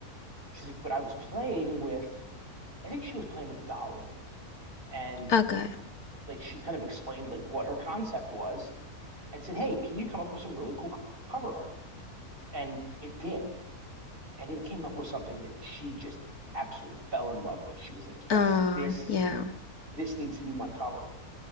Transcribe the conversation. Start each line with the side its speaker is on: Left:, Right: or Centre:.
Right: She's like, but I was playing with, I think she was playing with Dolly, and
Left: Okay.
Right: like she kind of explained like what her concept was and said, hey, can you come up with some really cool cover art? And it did, and it came up with something that she just absolutely fell in love with. She was like, yes,
Left: Uh,
Right: this
Left: yeah.
Right: this needs to be my cover.